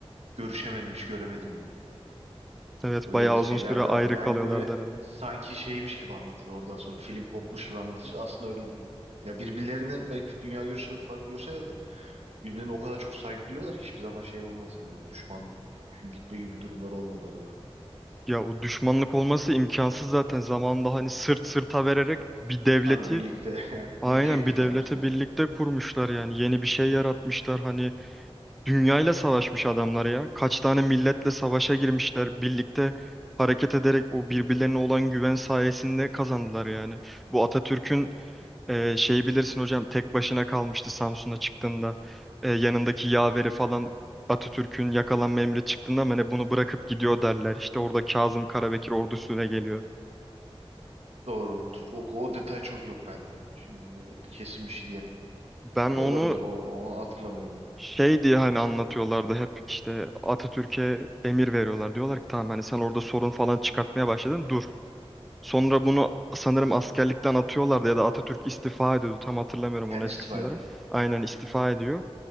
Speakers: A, on the right; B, in the centre.
A: Görüşemedim, hiç göremedim diye.
B: Evet,
A: Öyle
B: bayağı
A: de
B: uzun
A: şeyler
B: süre ayrı
A: de var. Yani
B: kalıyorlardı
A: böyle
B: herhalde.
A: sanki şeymiş gibi anlatılır oradan sonra film kopmuş gibi anlatılır. Aslında öyle değil. Ya birbirlerine belki dünya görüşleri farklı görseler de Birbirine o kadar çok saygı duyuyorlar ki hiçbir zaman şey olmaz yani. böyle Düşmanlık gitme gibi durumlar olmadı aralarında.
B: Ya o düşmanlık olması imkansız zaten. Zamanında hani sırt sırta vererek bir devleti,
A: Tabii birlikte <laughs>
B: aynen
A: ülkeyi kurtarmışsınız.
B: bir devleti birlikte kurmuşlar yani. Yeni bir şey yaratmışlar. Hani dünyayla savaşmış adamlar ya. Kaç tane milletle savaşa girmişler. Birlikte hareket ederek o birbirlerine olan güven sayesinde kazandılar yani. Bu Atatürk'ün Ee, şeyi bilirsin hocam tek başına kalmıştı Samsun'a çıktığında. Ee, yanındaki yaveri falan Atatürk'ün yakalanma emri çıktığında ama hani bunu bırakıp gidiyor derler. İşte orada Kazım Karabekir ordusuyla geliyor.
A: Doğru. O, o detay çok yok bende. Şimdi kesin bir şey diyemem.
B: Ben
A: Da
B: onu
A: olabilir. O, onu hatırlamıyorum.
B: şey diye hani anlatıyorlardı hep işte Atatürk'e emir veriyorlar. Diyorlar ki tamam hani sen orada sorun falan çıkartmaya başladın dur. Sonra bunu sanırım askerlikten atıyorlardı ya da Atatürk istifa ediyordu. Tam hatırlamıyorum
A: Kendi
B: o net
A: istifa
B: kısımları.
A: ediyor.
B: Aynen istifa ediyor.